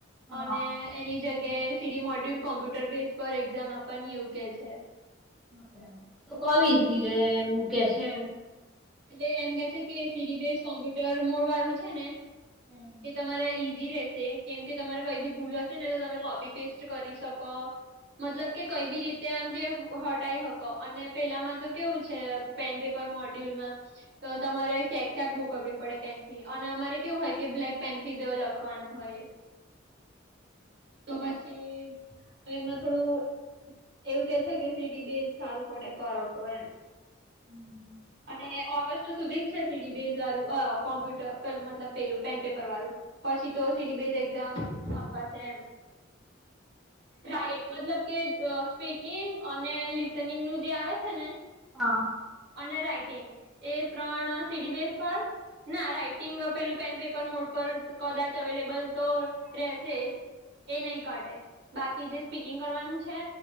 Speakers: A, in the centre; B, on the right.
A: હા
B: અને એની જગ્યાએ સીરી મોડ્યુલ કોમ્પ્યુટર બેઝ પર એક્ઝામ આપવાની એવું કે છે.
A: બરાબર કોવ એસી રહે અને કે છે.
B: એટલે એમ કે છે કે સીડી બેઝ કોમ્પ્યુટર મોડ વાળું છે ને
A: હમ
B: એ તમારા ઈ ધી રશે કેમ કે તમારે કઈ બી ભૂલ હશે ને તો તમે કોપી પેસ્ટ કરી શકો. મતલબ કે કઈ બી રીતે આમ કે હટાઈ હકો અને પેલામાં તો કેવું છે પેન પેપર મોડ્યુલમાં તો તમારે ચેક ચક બહુ કરવી પડે પેન થી અને અમારે કેવું હોય કે બ્લેક પેન થી લખવાનું નું હોય. તો પછી તો એમાં થોડું એવું કે છે કે સીડી બે સારું પડે કરો તો એમ.
A: હમ્મ.
B: અને ઓગસ્ટ સુધી જ છે સીડી બેઝ વાળું કોમ્પ્યુટરે મતલબ પેલું પેન પેપર વાળું. પછી તો સીડીબીએસ એક્ઝામપ્પ છે એમ <unintelligible> મતલબ કે સ્પીકિંગ અને લિસનિંગ નું જે આવે છે ને
A: હા.
B: અને રાઈટિંગ એ ત્રણ સીડી બેસ પર ના રાઈટિંગ પેલું પેન પેપર મોડ પર કદાચ અવેલેબલ તો રહેેશે જ એ નહી કાઢે બાકી જે સ્પીકિંગ કરવાનું છે